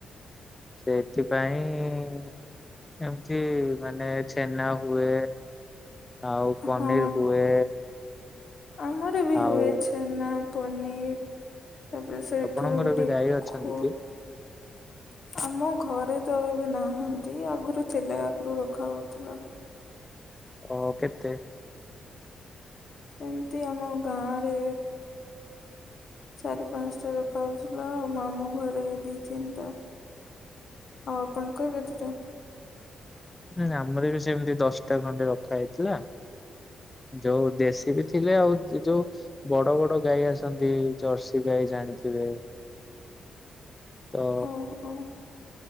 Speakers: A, on the left; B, on the left.
A: ସେଥିପାଇଁ ଏମିତି ମାନେ ଛେନା ହୁଏ ଆଉ ପନିର
B: ହଁ
A: ହୁଏ।
B: ଆମର ବି ହୁଏ
A: ଆଉ
B: ଛେନା ପନିର। ତାପରେ ସେଇଠୁୁ
A: ଆପଣଙ୍କର
B: ଟି
A: ବି ଗାଈ ଅଛନ୍ତି
B: ଖୁ
A: କି?
B: ଆମ ଘରେ ତଏବେ ନାହାନ୍ତି ଆଗରୁ ଥିଲା ଆଗରୁ ରଖା ହଉଥିଲା।
A: ଓ କେତେ
B: ଏମିତି ଆମ ଗାଁରେ ଚାରି ପାଞ୍ଚଟା ରଖାଉଥିଲା ଆଉ ମାମୁ ଘରେ ଦି ତିନିଟା ଆଉ ଆପଣଙ୍କ କେତଟା
A: ଉଁ ଆମର ବି ସେମିତି ଦଶଟା ଖଣ୍ଡେ ରଖା ହେଇଥିଲା। ଯୋଉ ଦେଶୀ ବି ଥିଲେ ଆଉ ଅ ଯୋଉ ବଡ ବଡ ଗାଈ ଆସନ୍ତି ଜର୍ସି ସି ଗାଈ ଜାଣିଥିବେ ତ
B: ଓହୋ